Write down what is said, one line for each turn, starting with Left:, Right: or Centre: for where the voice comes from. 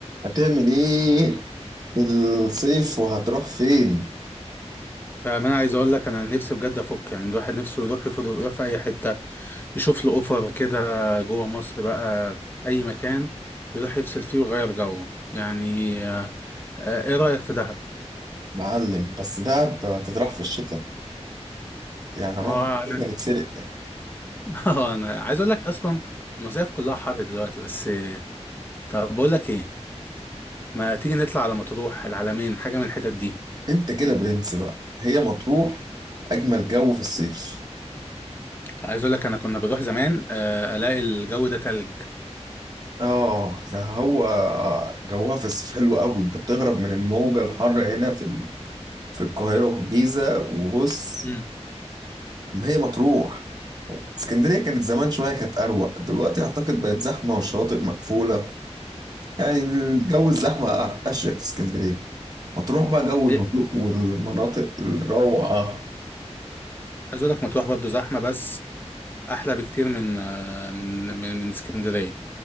Right: هتعمل ايه في الصيف وهتروح فين
Left: فاهم انا عايز اقول لك انا نفسي بجد افك يعني الواحد نفسه يروح يفضل يروح في اي حته يشوف له اوفر كده جوه مصر بقى في اي مكان يروح يفصل فيه ويغير جو يعني آه، آه، ايه رايك في دهب؟
Right: معلم بس دهب هتتراح في الشتاء يعني هنروح
Left: ما هو
Right: في الشتاء نتسرق
Left: <laughs> آه، انا عايز اقول لك اصلا المصايف كلها حر دلوقتي بس آه، طب بقول لك ايه ما تيجي نطلع على مطروح العلمين حاجه من الحتت دي
Right: انت كده برنس بقى هي مطروح اجمل جو في الصيف
Left: عايز اقول لك انا كنا بروح زمان آه، الاقي الجو ده تلج
Right: اه ده هو جوها في الصيف حلو قوي انت بتهرب من الموجة الحر هنا في ال- في القاهرة والجيزة وبص
Left: امم
Right: ما هي مطروح اسكندرية كانت زمان شوية كانت أروق دلوقتي أعتقد بقت زحمة والشواطئ مقفولة يعني الجو الزحمة أشيك في اسكندرية هتروح بقى جو الهدوء
Left: إيه؟
Right: والمناطق الروعة
Left: عايز اقول لك مطروح برضه زحمه بس احلى بكتير من آه، من من من اسكندريه